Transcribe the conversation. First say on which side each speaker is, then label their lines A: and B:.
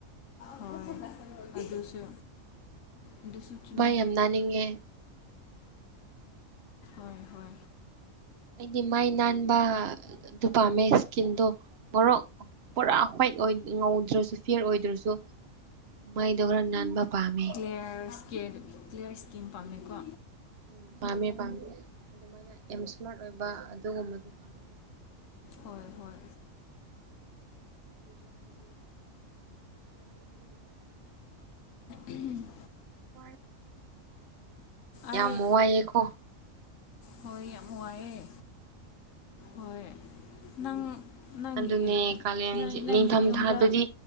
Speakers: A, on the left; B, on the right.
A: ꯍꯣꯏ ꯑꯗꯨꯁꯨ ꯑꯗꯨꯁꯨ ꯆꯨꯝꯃꯦ
B: ꯃꯥꯏ ꯌꯥꯝ ꯅꯥꯟꯅꯤꯡꯉꯦ
A: ꯍꯣꯏ ꯍꯣꯏ
B: ꯑꯩꯗꯤ ꯃꯥꯏ ꯅꯥꯟꯕ ꯑꯗꯨ ꯄꯥꯝꯃꯦ ꯏꯁꯀꯤꯟꯗꯣ ꯉꯣꯔꯣꯛ ꯄꯨꯔꯥ ꯍ꯭ꯋꯥꯏꯠ ꯉꯧꯗ꯭ꯔꯁꯨ ꯐꯤꯔ ꯑꯣꯏꯗ꯭ꯔꯁꯨ ꯃꯩꯗꯣ ꯈꯔ ꯅꯥꯟꯕ ꯄꯥꯝꯃꯤ
A: ꯀꯂꯤꯌ꯭ꯔ ꯏꯁꯀꯤꯟ ꯀꯂꯤꯌ꯭ꯔ ꯏꯁꯀꯤꯟ ꯄꯥꯝꯃꯦꯀꯣ
B: ꯎꯝ ꯄꯥꯝꯃꯦ ꯄꯥꯝꯃꯦ ꯑꯗꯨꯃꯥꯏꯅ ꯑꯦꯝ ꯏꯁꯃꯥꯔꯠ ꯑꯣꯏꯕ ꯑꯗꯨꯒꯨꯝꯕꯗꯨꯣ ꯄꯥꯝꯃꯦ
A: ꯍꯣꯏ ꯍꯣꯏ
B: ꯍ
A: ꯎꯝ
B: ꯋꯥ ꯌꯥꯝ
A: ꯑꯩ
B: ꯋꯥꯏꯑꯦꯀꯣ
A: ꯍꯣꯏ ꯌꯥꯝ ꯋꯥꯏꯑꯦ ꯍꯣꯏ ꯅꯪ ꯅꯪꯒꯤ
B: ꯑꯗꯨꯅꯦ ꯀꯥꯂꯦꯟꯁꯤ
A: ꯅꯪꯒꯤ
B: ꯅꯤꯡꯊꯝꯊꯥꯗꯗꯤ
A: ꯌꯨꯝꯗ